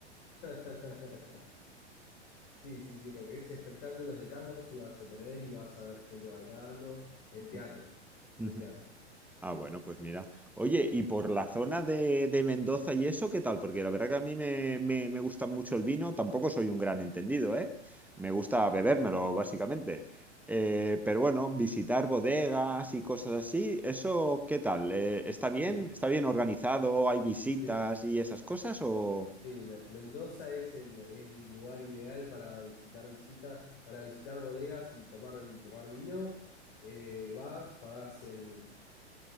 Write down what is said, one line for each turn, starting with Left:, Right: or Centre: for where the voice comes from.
Left: <laughs> Sí, sí, sí, lo que es espectáculos de tango sí vas a tener y vas a ver gente bailando en teatro,
Centre: <laughs>
Left: en
Centre: Ujú.
Left: teatro,
Centre: Ah,
Left: sí.
Centre: bueno, pues mira. Oye, y por la zona de, de Mendoza y eso, ¿qué tal? Porque la verdad que a mí me, me, me gusta mucho el vino, tampoco soy un gran entendido, ¿eh? Me gusta bebérmelo, básicamente. Eh, pero bueno, visitar bodegas y cosas así, ¿eso qué tal? Eh, ¿está bien?
Left: Sí,
Centre: ¿Está bien organizado? ¿Hay visitas
Left: sí,
Centre: y esas cosas? ¿O...?
Left: sí, Me- Mendoza es el, es el lugar ideal para visitar visitas, para visitar bodegas y tomar, y tomar vino. Eh, vas, pagás el